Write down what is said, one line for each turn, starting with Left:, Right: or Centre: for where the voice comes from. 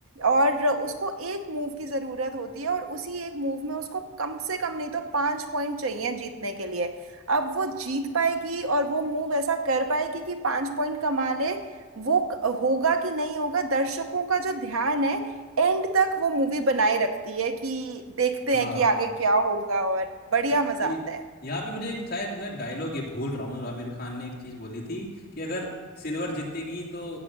Right: और उसको एक मूव की ज़रूरत होती है और उसी एक मूव में उसको कम से कम नहीं तो पाँच पॉइंट चाहिए जीतने के लिए अब वो जीत पाएगी और वो मूव ऐसा कर पाएगी कि पांच पॉइंट कमा ले वो क- होगा कि नहीं होगा दर्शकों का जो ध्यान है एंड तक वो मूवी बनाए रखती है कि देखते
Left: हाँ
Right: हैं कि आगे क्या होगा और बढ़िया
Left: य-
Right: मजा
Left: य-
Right: आता है
Left: यहाँ पे मुझे एक शायद मैं डायलॉग ये भूल रहा हूँ आमिर खान ने एक चीज बोली थी कि अगर सिल्वर जीतेगी तो